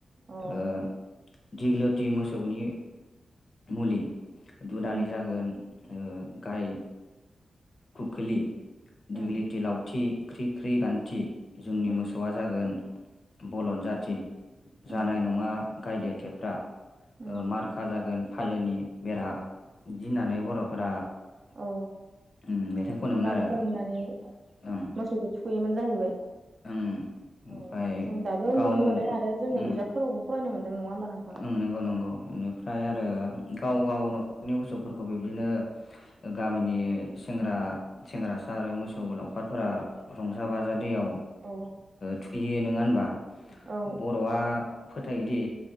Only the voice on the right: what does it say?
औ
उम
उम
उम
उम
उम
अ
गान
खननानै
मोसौखौ थुयोमोन जाहैबाय।
औ जों दाबो
नुनो मोनो आरो जोङो
बिजाबफोरावबो फरायनो मोनदों नङा होमबा नोंथां?
औ
औ